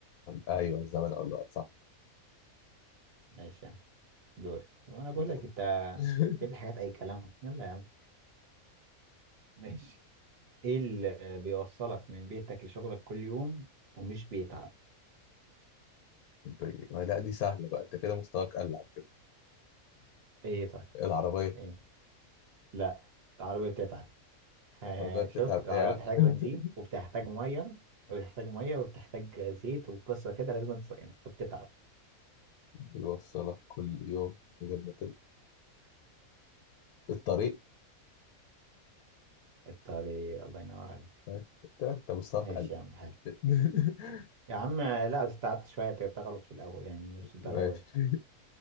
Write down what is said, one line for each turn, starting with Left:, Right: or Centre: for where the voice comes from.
Left: ايوه الزمن او الوقت صح
Right: ماشي يا عم دوري وأنا بقول
Left: دول
Right: لك انت
Left: <laughs>
Right: جيب لي حاجات اي كلام يلا يا عم ماشي ايه اللي بيوصلك من بيتك لشغلك كل يوم ومش بيتعب
Left: طيب ما لا دي سهله بقى انت كده مستواك قل على فكره
Right: ايه طيب
Left: <laughs> العربيه
Right: ايه لا العربية بتتعب <laughs>
Left: العربيه بتتعب
Right: شفت العربية
Left: ايه يا عم
Right: بتحتاج
Left: <laughs>
Right: بنزين وبتحتاج مية وبتحتاج مية وبتحتاج زيت وقصة كده لازم تصينها فبتتعب
Left: بيوصلك كل يوم من غير ما تت- الطريق
Right: الطريق الله ينور عليك
Left: طيب، قلت لك انت مستواك
Right: ماشي
Left: قل
Right: يا عم حلو
Left: <laughs>
Right: يا عم لا بس تعبت شوية انت جبتها غلط في الأول يعني مش الدرجة
Left: ماشي
Right: دي